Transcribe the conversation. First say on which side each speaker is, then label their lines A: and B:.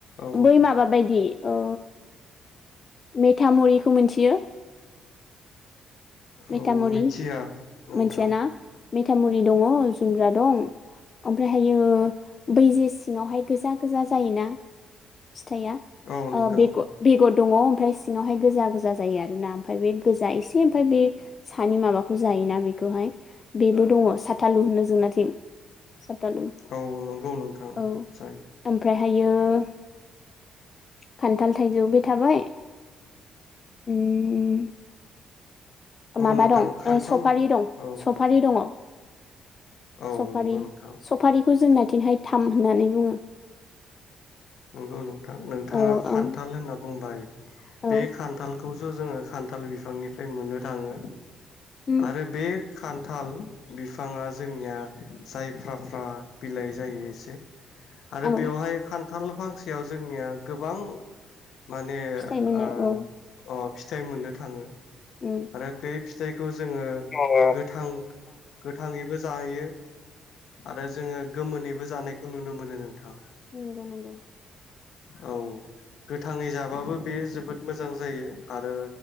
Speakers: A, on the left (about 70°); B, on the left (about 40°).
A: औ
B: बै माबा बायदि ओ मेथामुरिखौ मिथियो? मेथामुरि
A: औ मिथिया नोंथां
B: मोनथियाना। मेथामुरि दङ, जुमब्रा दं ओमफ्रायहायो बै जे सिङावहाय गोजा गोजा जायोना फिथाइया
A: औ
B: ओ
A: नोंथां
B: बे-बेगर दङ ओमफ्राय सिङावहाय गोजा गोजा जायो आरोना ओमफ्राय बे गोजा एसे ओमफ्राय बे सानि माबाखौ जायोना बेखौहाय बेबो दङ साथालु होनो जोंना साथालु
A: औ नंगौ नोंथां
B: औ
A: जायो
B: आमफ्राय ओ खान्थाल, थाइजौ बे थाबाय ओम
A: औ
B: माबा
A: नोंथां
B: दं
A: खान्थाल
B: ओ सफारि दं
A: औ
B: सफारि दङ
A: औ
B: सफारि
A: नंगौ नोंथां
B: सफारि खौ जोंनाथिंहाय थाम होननानै बुङो।
A: नंगौ नोंथां नोंथाङा
B: औ
A: खान्थाल
B: ओम
A: होनना बुंबाय
B: औ
A: बे खान्थालखौसो जोङो खान्थाल बिफांनिफ्राय मोननो थाङो।
B: उम
A: आरो बे खान्थाल बिफाङा जोंनिया जायफ्राफ्रा बिलाइ जायो एसे आरो
B: औ
A: बेवहाय खान थाल फांसेयाव जोंनिया गोबां माने
B: फिथाइ
A: ओ
B: मोनो औ
A: अ फिथ फिथाइ मोननो थाङो।
B: उम
A: आरो बे फिथाइ खौ जोङो
B: जोङो
A: गोथां गोथाङैबो जाहैयो। आरो जोङो गोमोनैबो जानायखौ नुनो मोनो नोंथां।
B: नंगौ नंगौ।
A: औ गोथाङै जाबाबो बेयो जोबोद मोजां जायो आरो